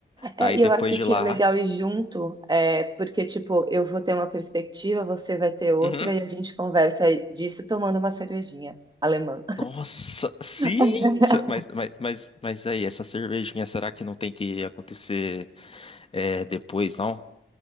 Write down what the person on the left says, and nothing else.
Aí
depois
de
lá.
Uhum.
Nossa, sim!
se- Mas, mas, mas, mas aí, essa cervejinha, será que não tem que acontecer é, depois, não?